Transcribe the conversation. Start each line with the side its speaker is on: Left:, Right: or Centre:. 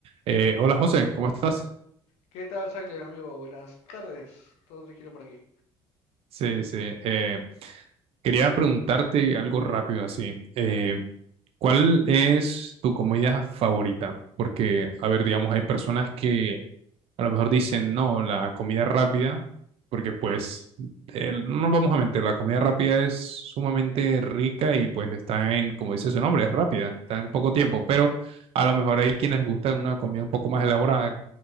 Right: Eh, hola José, ¿cómo estás?
Left: ¿Qué tal, Silent, amigo? Buenas tardes. Todo tranquilo por aquí.
Right: Sí, sí. eh, quería preguntarte algo rápido así. Eh, ¿cuál es tu comida favorita? Porque, a ver, digamos, hay personas que a lo mejor dicen, no, la comida rápida, porque pues, eh, no nos vamos a mentir, la comida rápida es sumamente rica y pues está en, como dice su nombre, es rápida, está en poco tiempo, pero a lo mejor hay quienes gustan una comida un poco más elaborada.